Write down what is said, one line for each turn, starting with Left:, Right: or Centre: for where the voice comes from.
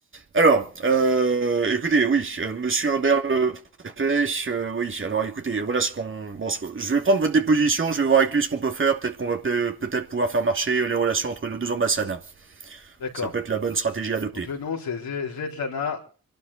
Right: Alors, euh, écoutez, oui, euh, Monsieur Humbert le préfet, euh, oui, alors écoutez, voilà ce qu'on... Bon, ce que- je vais prendre votre déposition, je vais voir avec lui ce qu'on peut faire, peut-être qu'on va pe- peut-être pouvoir faire marcher euh, les relations entre nos deux ambassades.
Left: d'accord.
Right: Ça peut être la bonne stratégie à adopter.
Left: Donc le nom c'est Ze- Svetlana